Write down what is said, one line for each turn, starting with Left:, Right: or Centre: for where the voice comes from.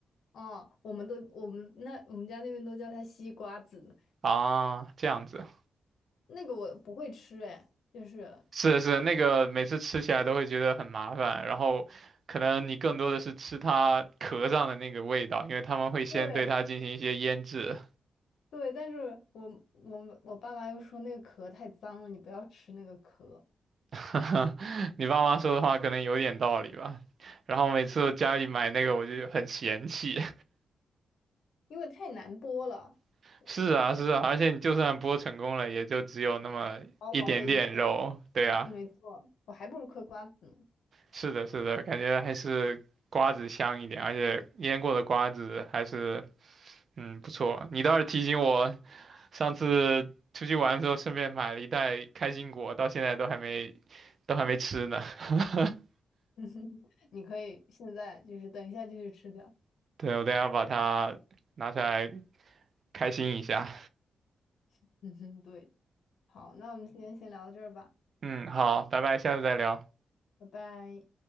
Left: 啊，哦我们都我们那我们家那边都叫它西瓜子，
Right: 啊，这样子。
Left: 那个我不会吃哎，就是
Right: 是是，那个每次吃起来都会觉得很麻烦，然后可能你更多的是吃它壳上的那个味道，因为他们会先对它进行一些腌制。
Left: 对，对，但是我我我爸妈又说那个壳太脏了，你不要吃那个壳，
Right: <laughs> 你爸妈说的话可能有点道理吧。然后每次我家里买那个，我就很嫌弃。
Left: 因为太难剥了，
Right: <laughs>
Left: 我我
Right: 是啊，是啊，而且你就算剥成功了，也就只有那么一点点肉。
Left: 薄薄的一片，
Right: 对啊，
Left: 没错，我还不如嗑瓜子呢。
Right: 是的，是的，感觉还是瓜子香一点，而且腌过的瓜子还是。嗯，不错，你倒是提醒我上次出去玩的时候顺便买了一袋开心果，到现在都还没都还没吃呢。<laughs>
Left: <laughs> 你可以现在就是等一下就去吃掉。
Right: 对，我等一下把它拿出来开心一下。
Left: <laughs> 嗯哼，对，好，那我们今天先聊到这儿吧，
Right: 嗯，好，拜拜，下次再聊。
Left: 拜拜。